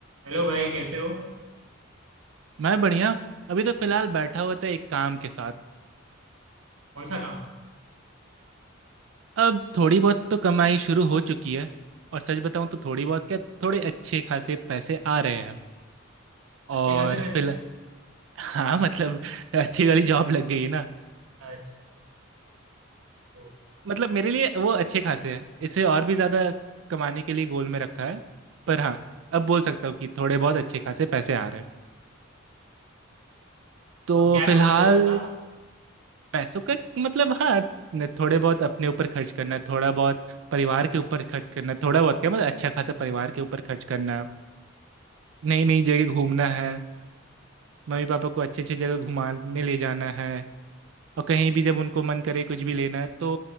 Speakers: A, on the right; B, on the right.
A: Hello भाई कैसे हो
B: मैं बढ़िया अभी तो फिलहाल बैठा हुआ था एक काम के साथ
A: कौन सा काम
B: अब थोड़ी बहुत तो कमाई शुरू हो चुकी है और सच बताऊं तो थोड़ी बहुत क्या थोड़े अच्छे खासे पैसे आ रहे हैं और
A: अच्छे खासे पैसे
B: फिल <laughs> हाँ मतलब अच्छी वाली जॉब लग गई है ना
A: अच्छा अच्छा ओके
B: मतलब मेरे लिए वो अच्छे खासे हैं इसे और भी ज़्यादा कमाने के लिए गोल में रखा है पर हाँ अब बोल सकता हूँ कि थोड़े बहुत अच्छे खासे पैसे आ रहे हैं तो
A: तो अब क्या
B: फिलहाल
A: करोगे पैसों का
B: पैसों का मतलब हाँ न- थोड़े बहुत अपने ऊपर खर्च करना थोड़ा बहुत परिवार के ऊपर खर्च करना थोड़ा बहुत क्या मतलब अच्छा खासा परिवार के ऊपर खर्च करना नई नई जगह घूमना है मम्मी पापा को अच्छी अच्छी जगह घुमाने ले जाना है और कहीं भी जब उनको मन करे कुछ भी लेना है तो